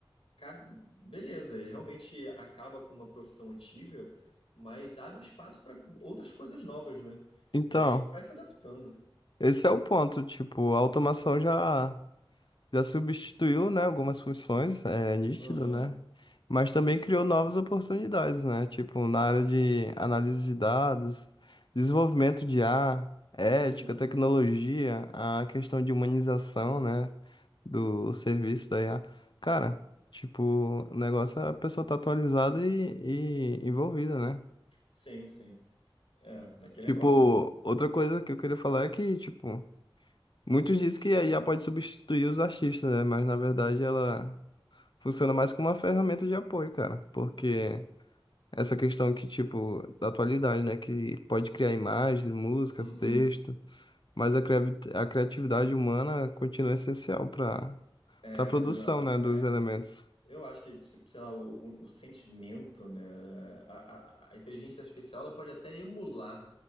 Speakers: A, on the left; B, on the left.
A: ca- beleza, ele realmente acaba com uma profissão antiga, mas abre espaço para outras coisas novas, né?
B: Então,
A: E a gente vai se adaptando.
B: esse é o ponto, tipo, a automação já. Já substituiu, né, algumas funções, é nítido,
A: Aham.
B: né? Mas também criou novas oportunidades, né? Tipo, na área de análise de dados, desenvolvimento de IA, ética,
A: Uhum.
B: tecnologia, a questão de humanização, né, do serviço da IA. Cara, tipo, o negócio é a pessoa tá atualizada e, e envolvida, né?
A: Sim, sim. É, aquele
B: Tipo,
A: negócio.
B: outra coisa que eu queria falar é que, tipo, muitos dizem que a IA pode substituir os artistas, né? Mas na verdade ela funciona mais como uma ferramenta de apoio, cara, porque essa questão que, tipo, da atualidade, né, que pode criar imagens, músicas,
A: Uhum.
B: texto, mas a criavi- a criatividade humana continua essencial para
A: É,
B: para a produção,
A: não,
B: né,
A: é.
B: dos elementos.
A: Eu acho que, tipo, sei lá, o, o- o sentimento, né? A, a- a inteligência artificial ela pode até emular,